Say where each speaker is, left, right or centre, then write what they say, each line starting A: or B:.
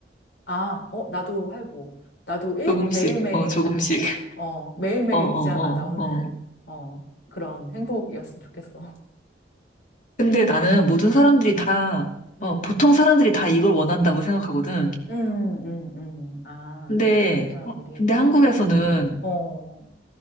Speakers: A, on the left (about 70°); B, on the left (about 45°).
A: 아, 어, 나도 할부. 나도 일,
B: 조금씩,
A: 매일매일,
B: 어, 조금씩.
A: 어, 매일매일
B: 어, 어,
A: 이자가 나오는,
B: 어, 어.
A: 어, 그런 행복이었으면 좋겠어.
B: 근데 나는 모든 사람들이 다,
A: <laughs>
B: 어,
A: 음.
B: 보통 사람들이 다 이걸 원한다고 생각하거든.
A: 음, 음, 음. 아,
B: 근데,
A: 보통 사람들이.
B: 어, 근데 한국에서는,
A: 어,